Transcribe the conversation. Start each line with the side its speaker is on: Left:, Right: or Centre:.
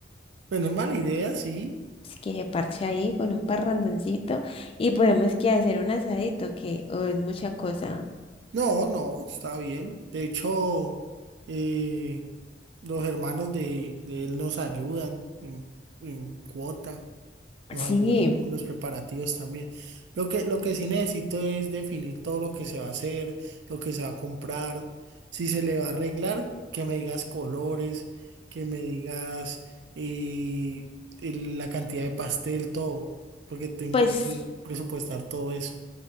Right: Pues no es mala idea, sí.
Left: Pues que se parche ahí con un parrandoncito y podemos que hacer un asadito, que o es mucha cosa.
Right: No, no, está bien. De hecho, eh, los hermanos de, de él nos ayudan en, en cuota, nos
Left: Sí,
Right: ayudan con los preparativos también. Lo que, lo que sí necesito es definir todo lo que se va a hacer, lo que se va a comprar, si se le va a arreglar, que me digas colores, que me digas eh, el- la cantidad de pastel, todo, porque tengo
Left: pues.
Right: que presupuestar todo eso.